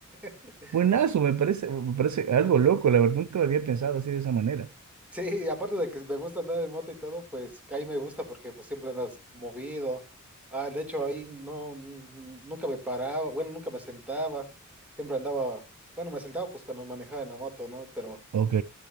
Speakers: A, in the centre; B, on the right.
A: <laughs>
B: Buenazo, me parece, me parece algo loco, la verdad nunca lo había pensado así de esa manera.
A: Sí, aparte de que me gusta andar en moto y todo, pues ahí me gusta porque pues siempre andas movido. Ah, de hecho ahí no, n- nunca me paraba, bueno, nunca me sentaba. Siempre andaba, bueno, me sentaba pues cuando manejaba en la moto, ¿no? Pero
B: Ok,